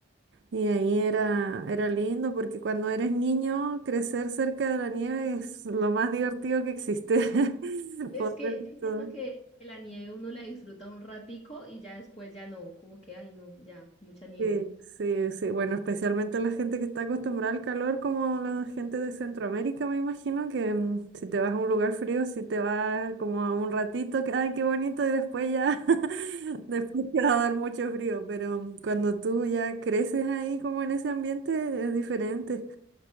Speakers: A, on the right; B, on the left.
A: Y ahí era, era lindo porque cuando eres niño, crecer cerca de la nieve es lo más divertido que existe. <laughs>
B: Es
A: Poder
B: que yo siento
A: to-
B: que, que la nieve uno la disfruta un ratico y ya después ya no, como que, ay no, ya, mucha nieve.
A: Sí, sí, sí. Bueno, especialmente la gente que está acostumbrada al calor, como la gente de Centroamérica, me imagino que mm, si te vas a un lugar frío, si te vas como a un ratito, que ay, qué bonito, y después ya, <laughs> después te va a dar mucho frío. Pero mm, cuando tú ya creces ahí, como en ese ambiente, es diferente.